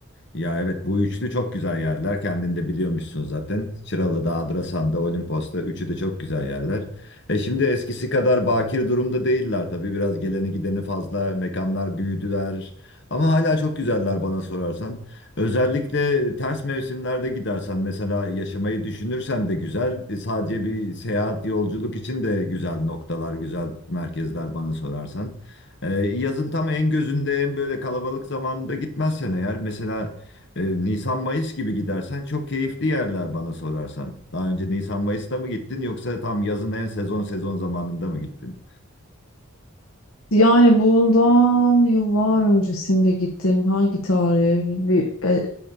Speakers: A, on the left; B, on the left.
A: Ya evet bu üçlü çok güzel yerler. Kendin de biliyormuşsun zaten. Çıralı'da, Adrasan'da, Olimpos'ta üçü de çok güzel yerler. E şimdi eskisi kadar bakir durumda değiller tabii. Biraz geleni gideni fazla, mekanlar büyüdüler. Ama hala çok güzeller bana sorarsan. Özellikle ters mevsimlerde gidersen mesela yaşamayı düşünürsen de güzel. E, Sadece bir seyahat, yolculuk için de güzel noktalar, güzel merkezler bana sorarsan. E, yazın tam en gözünde en böyle kalabalık zamanında gitmezsen eğer mesela e, Nisan-Mayıs gibi gidersen çok keyifli yerler bana sorarsan. Daha önce Nisan-Mayıs'ta mı gittin yoksa tam yazın en sezon sezon zamanında mı gittin?
B: Yani bundan yıllar öncesinde gittim. Hangi tarihe bir e,